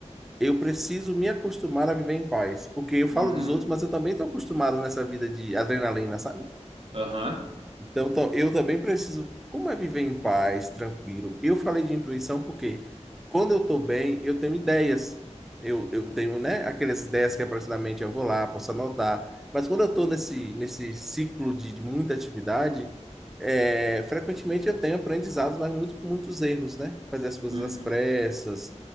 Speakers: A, in the centre; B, on the right.
A: eu preciso me acostumar a viver em paz, porque eu falo
B: uhum,
A: dos outros, mas eu também estou acostumado nessa vida de adrenalina, sabe?
B: aham,
A: Então, tam- eu também preciso. Como é viver em paz, tranquilo? Eu falei de intuição porque quando eu estou bem, eu tenho ideias. Eu, eu tenho, né, aquelas ideias que aparecem na mente, eu vou lá, posso anotar. Mas quando eu estou nesse, nesse ciclo de, de muita atividade, é, frequentemente eu tenho aprendizados, mas muito com muitos erros, né? Fazer as coisas
B: uhum,
A: às pressas.